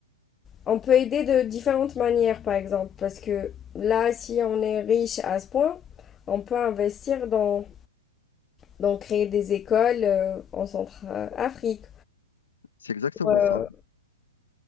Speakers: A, on the left (about 20°); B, on the left (about 80°).
A: on peut aider de différentes manières, par exemple, parce que là, si on est riche à ce point, on peut investir dans, dans créer des écoles euh, en Centrafrique.
B: C'est exactement
A: Euh,
B: ça.